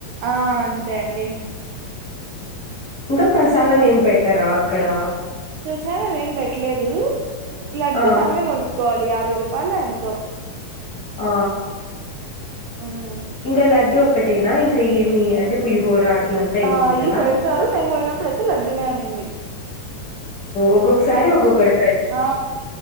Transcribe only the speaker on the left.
ఇంకా ప్రసాదం ఏం పెట్టరా అక్కడ
ఆ
ఆ
ఇంకా లడ్డు ఒక్కటేనా ఇంక ఏమి అంటే పులిహోర అట్లంతా
ఏముండదా
ఒకొక్క సారి ఒకొక్కడు